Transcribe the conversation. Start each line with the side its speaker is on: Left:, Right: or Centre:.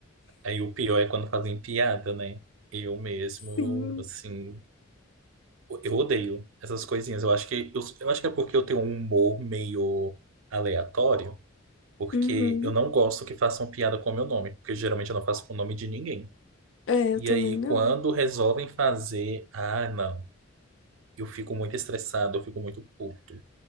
Right: Aí o pior é quando fazem piada, né? Eu mesmo,
Left: sim.
Right: assim, eu odeio essas coisinhas. Eu acho que eu, eu acho que é porque eu tenho um humor meio aleatório, porque
Left: Uhum.
Right: eu não gosto que façam piada com o meu nome, porque geralmente eu não faço com o nome de ninguém.
Left: É, eu
Right: E
Left: também
Right: aí,
Left: não.
Right: quando resolvem fazer, ah, não, eu fico muito estressado, eu fico muito puto.